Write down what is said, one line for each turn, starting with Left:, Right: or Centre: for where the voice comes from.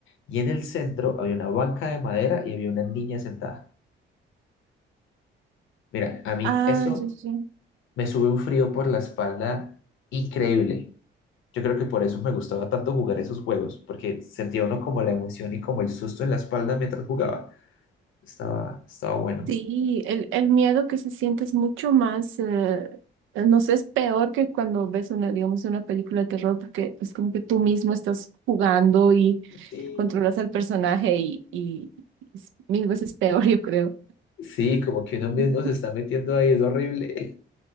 Left: y en el centro había una banca de madera y había una niña sentada. Mira, a mí
Right: Ah,
Left: eso
Right: sí, sí.
Left: me sube un frío por la espalda increíble. Yo creo que por eso me gustaba tanto jugar esos juegos, porque sentía uno como la emoción y como el susto en la espalda mientras jugaba. Estaba, estaba bueno.
Right: Sí, el, el miedo que se siente es mucho más, eh, eh, no sé, es peor que cuando ves una, digamos, una película de terror, porque es como que tú mismo estás jugando y
Left: Sí,
Right: controlas al personaje y, y es mil veces peor, <laughs> yo creo.
Left: sí, como que uno mismo
Right: Ujú.
Left: se está metiendo ahí, es horrible. <laughs>